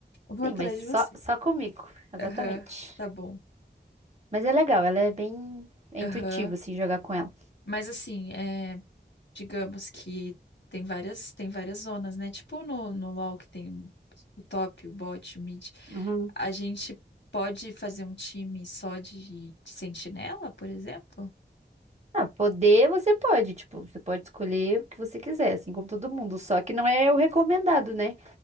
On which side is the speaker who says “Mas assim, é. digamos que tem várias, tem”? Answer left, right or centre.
Left